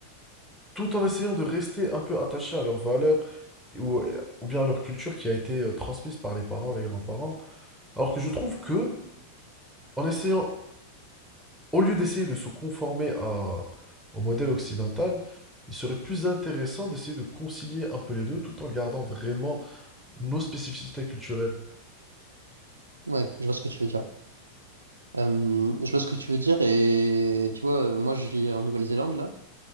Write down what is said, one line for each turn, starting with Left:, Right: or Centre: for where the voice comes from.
Centre: tout en essayant de rester un peu attachés à leurs valeurs ou, ou bien à leur culture qui a été euh, transmise par les parents, les grands-parents. Alors que je trouve que, en essayant au lieu d'essayer de se conformer à- au modèle occidental, il serait plus intéressant d'essayer de concilier un peu les deux tout en gardant vraiment nos spécificités culturelles.
Right: Ouais, je vois ce que tu veux dire. Euh, je vois ce que tu veux dire et tu vois, euh, moi je vis en Nouvelle-Zélande là